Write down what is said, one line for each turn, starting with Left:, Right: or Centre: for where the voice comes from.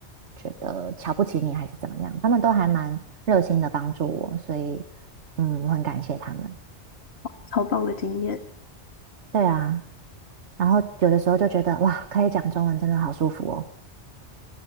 Right: 觉得瞧不起你还是怎么样，他们都还蛮热心的帮助我，所以嗯，我很感谢他们。
Left: 超棒的经验。
Right: 对啊，然后有的时候就觉得哇，可以讲中文真的好舒服哦。